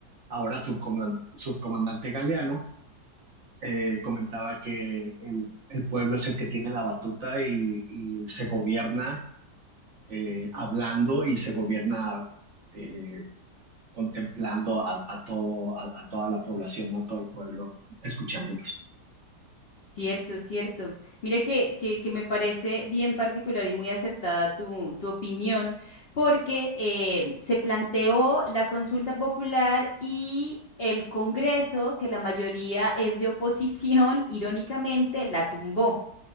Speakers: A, on the right; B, on the left.
A: ahora subcoman- subcomandante Galeano, eh, comentaba que el, el pueblo es el que tiene la batuta y, y se gobierna eh, hablando y se gobierna eh, contemplando a, a todo, a, a toda la población, no todo el pueblo, escuchándolos.
B: Cierto, cierto. Mire que, que, que me parece bien particular y muy acertada tu, tu opinión, porque eh, se planteó la consulta popular y el Congreso, que la mayoría es de oposición, <laughs> irónicamente, la tumbó.